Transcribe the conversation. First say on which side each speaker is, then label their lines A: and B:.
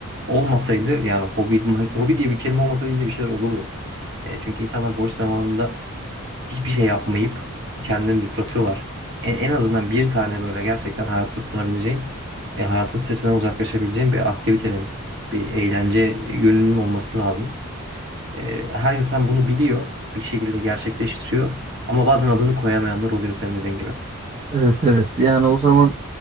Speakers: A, on the right; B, on the right.
A: olmasaydı yani hobi, hobi diye bir kelime olmasaydı yine bir şeyler olurdu. E, çünkü insanlar boş zamanında hiçbir şey yapmayıp kendini yıpratıyorlar. En, en azından bir tane böyle gerçekten hayata tutunabileceğin ve hayatın stresinden uzaklaşabileceğin bir aktivitenin, bir eğlence yönünün olması lazım. E, her insan bunu biliyor, bir şekilde gerçekleştiriyor ama bazen adını koyamayanlar oluyor senin dediğin gibi. <laughs>
B: Evet evet yani o zaman